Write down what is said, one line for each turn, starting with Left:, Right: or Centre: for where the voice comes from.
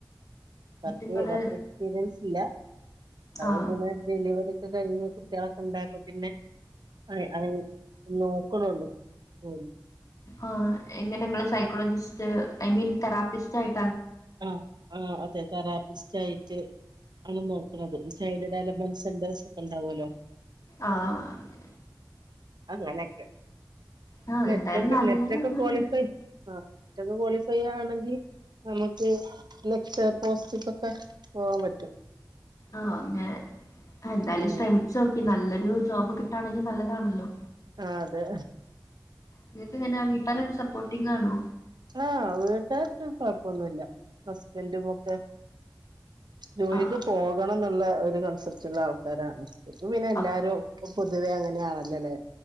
Right: വ
Left: നിങ്ങള്
Right: വർക്ക് എക്സ്പീരിയൻസ് ഇല്ല. അത്
Left: ആ
Right: പിന്നെ ഡെലിവറി. <unintelligible> ഴിഞ്ഞ കുട്ടികളൊക്കെ ന്താക്കും പിന്നെ അ അ നോക്കണള്ളൂ <unintelligible>
Left: ആഹ് എങ്ങനെങ്ങള് സൈക്കോളജിസ്റ്റ് ഐ മീൻ തെറാപ്പിസ്റ്റ് ആയി
Right: ആഹ ആഹ അതെ തെറാപ്പി <unintelligible> ആണ് നോക്കുന്നത് ചൈൽഡ് ഡെവലപ്മെന്റ് സെന്റേസ് ഒക്കെ ണ്ടാവുല്ലോ
Left: ആഹ്ഹ ങ്ങനെ
Right: അങ്ങനൊക്കെ
Left: ആഹ്
Right: നെറ്റൊക്കെ
Left: എന്തായാലും നല്ലതാണ്
Right: നെറ്റൊക്കെ ക്വാളിഫൈ ആ <unintelligible> ക്വാളിഫൈ ചെയ്യയാണെങ്കിൽ നമുക്ക് <unintelligible> പോസ്റ്റക്ക്ക്കെ പോകാൻ പറ്റും.
Left: ആ അങ്ങനെ എന്തായാലും
Right: ഉം
Left: ശ്രമിച്ചു നോക്കി നല്ലൊരു ജോബ് കിട്ടാണെങ്കിൽ നല്ലതാണല്ലോ
Right: ആഹ അതെ.
Left: നിനക്ക് എങ്ങന്നാ വീട്ടുകാരൊക്കെ സപ്പോർട്ടിംഗാണോ?
Right: ആ വീട്ടരോന്നും കൊഴപ്പൊന്നുല്ല ഹസ്ബൻറും ഒക്കെ ജോലിക്ക്
Left: ആഹ്
Right: പോകണന്നുള്ള ഒരു കൺസെപ്റ്റ് ഉള്ള ആൾക്കാരാണ് ഇപ്പ പിന്നെ എല്ലാരും
Left: അപ്പ
Right: പൊതുവേ അങ്ങനെയാണല്ലോല്ലേ.